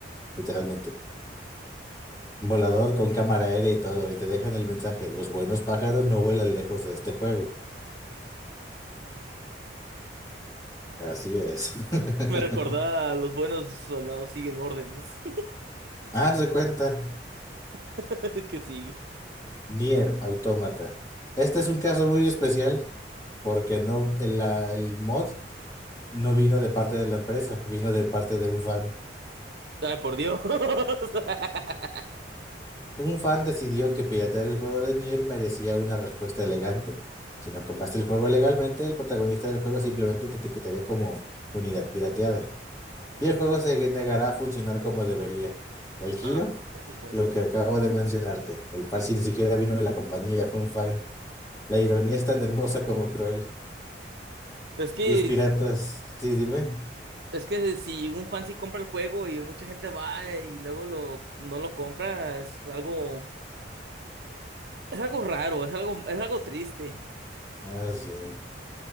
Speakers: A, on the left; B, on the right.
A: literalmente. Un Volador con cámara aérea y todo, y te dejan el mensaje, los buenos pájaros no vuelan lejos de este juego. Así es. <laughs>
B: Me recordaba, los buenos soldados siguen órdenes.
A: Haz de cuenta,
B: <laughs> ¿Qué sigue?
A: Nier Automata. Este es un caso muy especial porque no, el, la- el mod No vino de parte de la empresa, vino de parte de un fan.
B: Ay, por Dios. <laughs>
A: Un fan decidió que piratear el juego de Nier merecía una respuesta elegante. Si no compraste el juego legalmente, el protagonista del juego simplemente te etiquetaría como unidad pirateada. Y el juego se negará a funcionar como debería. El giro,
B: Ah, por supuesto.
A: lo que acabo de mencionarte. El parche ni siquiera vino de la compañía, fue un fan. La ironía es tan hermosa como cruel.
B: Es que,
A: Los piratas, sí, dime.
B: es que si un fan sí compra el juego y mucha gente va y luego lo, no lo compra, es algo, es algo raro, es algo, es algo triste.
A: Ah, sí.